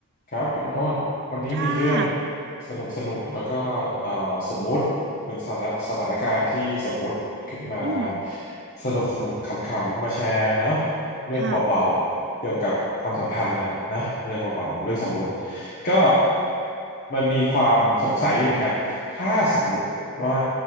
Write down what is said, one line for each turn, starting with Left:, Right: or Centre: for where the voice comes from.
Left: ครับคุณโอ้นวันนี้มีเรื่อง
Right: ค่ะ
Left: สนุกสนุกแล้วก็เอ่อสมมุติเป็นสถานสถานการณ์ที่สมมุติขึ้นมา
Right: อืม
Left: สนุกสนุกขำๆมาแชร์เนาะเรื่องเบาๆเกี่ยวกับความสัมพันธ์เนี่ยแหละนะเรื่องเบาๆเรื่องสมมุติ
Right: ค่ะ
Left: ก็มันมีความสงสัยอยู่เหมือนกันถ้าสมมุติว่า